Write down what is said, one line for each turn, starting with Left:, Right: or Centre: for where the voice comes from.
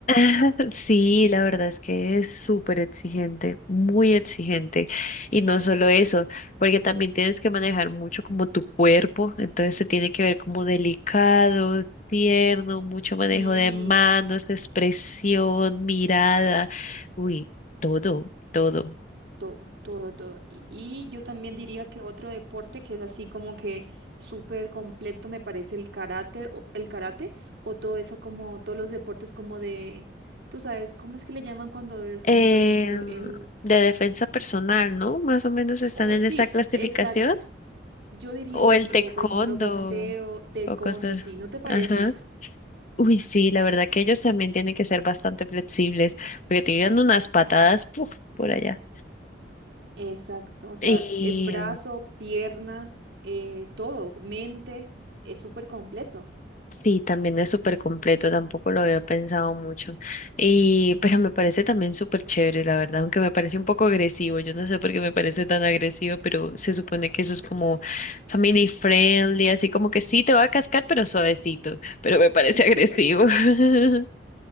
Left: <laughs> Sí, la verdad es que es súper exigente, muy exigente. Y no solo eso, porque también tienes que manejar mucho como tu cuerpo, entonces se tiene que ver como delicado, tierno, mucho manejo
Right: Sí.
Left: de manos, expresión, mirada. Uy, todo, todo.
Right: Todo, todo, todo. Y, y yo también diría que otro deporte que es así como que súper completo me parece el karate, o, el karate o todo eso como todos los deportes como de, tú sabes, ¿cómo es que le llaman cuando son,
Left: eh,
Right: por ejemplo, el...
Left: de defensa personal, ¿no? Más o menos están
Right: o
Left: en
Right: sí,
Left: esta clasificación.
Right: exacto. Yo diría
Left: O
Right: que
Left: el
Right: sí,
Left: taekwondo
Right: o por ejemplo boxeo, taekwondo,
Left: o cosas.
Right: sí, ¿no te parece?
Left: Ajá. Uy, sí, la verdad que ellos también tienen que ser bastante flexibles, porque tienen unas patadas, puf, por allá.
Right: Exacto, o sea,
Left: Y
Right: es brazo, pierna, eh, todo, mente, es súper completo.
Left: Sí, también es súper completo, tampoco lo había pensado mucho. Y, pero me parece también súper chévere, la verdad, aunque me parece un poco agresivo. Yo no sé por qué me parece tan agresivo, pero se supone que eso es como family friendly, así como que sí te va a cascar, pero suavecito. Pero me parece
Right: <laughs>
Left: agresivo. <laughs>